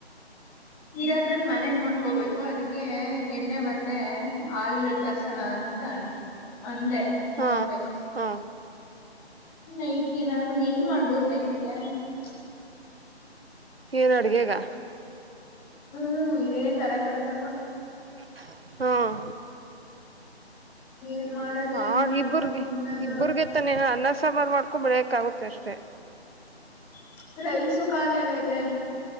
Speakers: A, in the centre; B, on the right.
A: ನೀರದ್ರಲ್ ಮ್ಯಾನೇಜ್ ಮಾಡ್ಕೋಬೇಕು ಅದಕ್ಕೆ ಎಣ್ಣೆ ಮತ್ತೆ ಹಾಲ್ ತರ್ಸೋಣಾ ಅಂತಾ ಅಂದೆ
B: ಹಾ
A: ನೋಡ್ಬೇಕು
B: ಹಾ
A: ನೈಟ್ಗೆನಾರ ಏನ್ ಮಾಡ್ಬೋದು ನೈಟ್ಗೆ ಪ್ಚ್
B: ಏನ ಅಡಗೆಗಾ
A: ಹು ಇದೇ ತಲೆ ಕೆಡತಪ್ಪಾ
B: ಟಕ್ ಹಾ
A: ಏನ್ ಮಾಡದ್
B: ಹಾ
A: ಏನ್ ಮಾಡ್ಕೊಂಡ್
B: ಇಬ್ಬರ್ಗೆ
A: ತಿನ್ನದು
B: ಇಬ್ಬರ್ಗೆ ತಾನೆ ಏನರಾ ಅನ್ನಾ ಸಾಂಬಾರ್ ಮಾಡ್ಕೊಂಡೆ ಏಕ್ಆಗುತ್ತೆ ಅಷ್ಟೇ
A: ಪ್ಚ್ ರೈಸು ಖಾಲಿ ಆಗೈತೆ